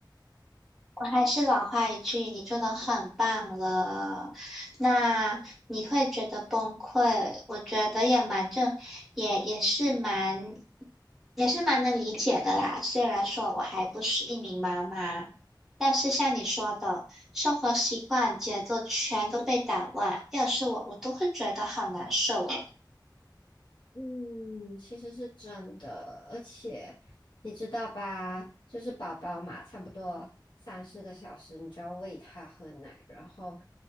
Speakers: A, in the centre; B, on the left.
A: 我还是老话一句，你做的很棒了。那你会觉得崩溃，我觉得也蛮正，也也是蛮，也是蛮能理解的啦。虽然说我还不是一名妈妈，但是像你说的，生活习惯、节奏全都被打乱，要是我，我都会觉得好难受哦。
B: 嗯，其实是真的，而且你知道吧，就是宝宝嘛，差不多三四个小时，你就要喂他喝奶，然后